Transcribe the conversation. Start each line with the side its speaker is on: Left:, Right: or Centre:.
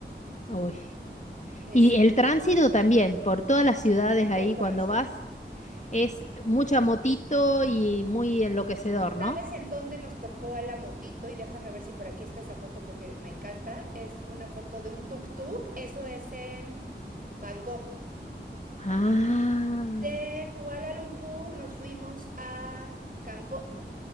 Left: Uy.
Right: este,
Left: Y el tránsito también, por todas las ciudades
Right: por
Left: ahí
Right: toda
Left: cuando
Right: la ciudad.
Left: vas, es mucha motito y muy enloquecedor, ¿no?
Right: ¿Sabes en dónde nos tocó la motito? Y déjame ver si por aquí está esa foto porque me encanta. Es una foto de un tuk-tuk. Eso es en Bangkok.
Left: Ah,
Right: De Kuala Lumpur nos fuimos a Cambo... No,